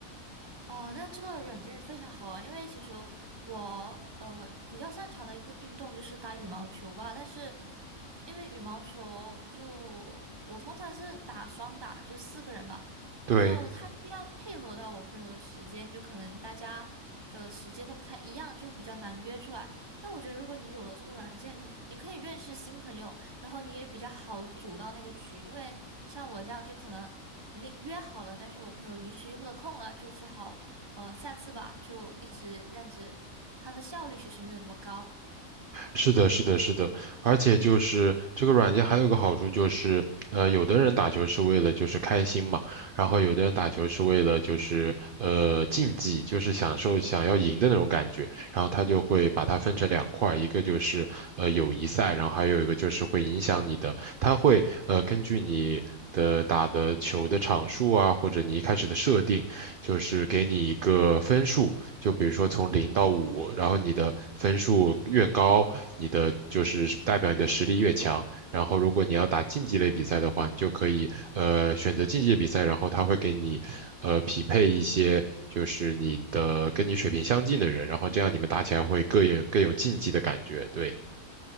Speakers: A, on the right; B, on the right.
A: 哦，那这个软件非常好啊，因为其实我呃比较擅长的一个运动就是打羽毛球吧，但是因为羽毛球就我通常是打双打，就四个人嘛，
B: 对，
A: 就他需要配合到我朋友的时间，就可能大家的时间都不太一样，就比较难约出来。但我觉得如果你有了这个软件，你你可以认识新朋友，然后你也比较好组到那个局，因为像我这样就可能临约好了，但是我朋友临时又不得空了，就只好呃下次吧，就一直这样子，它的效率其实没有那么高。
B: 是的，是的，是的，而且就是这个软件还有个好处就是，呃，有的人打球是为了就是开心嘛，然后有的人打球是为了就是呃竞技，就是享受想要赢的那种感觉，然后他就会把它分成两块儿一个就是呃友谊赛，然后还有一个就是会影响你的，它会呃根据你。的打的球的场数啊，或者你一开始的设定，就是给你一个分数，就比如说从零到五，然后你的分数越高，你的就是代表你的实力越强。然后如果你要打竞技类比赛的话，你就可以呃选择竞技比赛，然后他会给你呃匹配一些就是你的跟你水平相近的人，然后这样你们打起来会更有更有竞技的感觉，对。